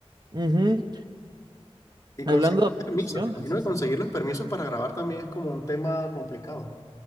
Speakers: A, on the right (about 40°); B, on the left (about 30°).
A: Ujú.
B: Y conseguir
A: Hablando de operaciones,
B: permisos, me imagino que conseguir los permisos para grabar también es como un tema complicado.